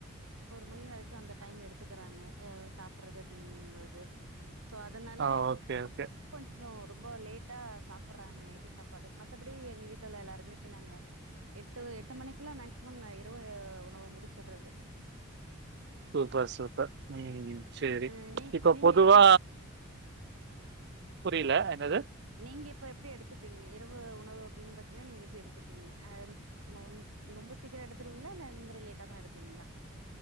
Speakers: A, on the right; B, on the right.
A: ஒரு மணி வரைக்கு அந்த டைம் எடுத்துக்கறாங்க அ சாப்பட்றது அப்டிங்பொழுது சோ அதனால
B: ஆ ஓகே,
A: <inaudible> கொஞ்
B: ஓகே.
A: கொஞ்சோ ரொம்ப லேட்டா சாப்பட்றாங்க நைட்டு சாப்பாடு மத்தபடி எங்க வீட்ல உள்ள எல்லாருமே நாங்க எட்டு எட்டு மணிக்குள்ள மேக்சிமம் நா இரவு உணவு முடிச்சட்றது
B: சூப்பர் சூப்பர் ம் சேரி
A: அ நீ
B: இப்போ
A: நீங்க
B: பொதுவா
A: எப்டி எடுத்
B: புரில என்னது
A: நீங்க இப்ப எப்டி எடுத்துப்பீங்க இரவு உணவு அப்டின் பாத்தீங்கனா நீங்க எப்டி எடுத்துப்பீங்க <unintelligible> மாம்ஸ் ரொம்ப சீக்கரோ எடுத்துருவீங்களா இல்ல இந்த மாரி லேட்டா தா எடுப்பீங்களா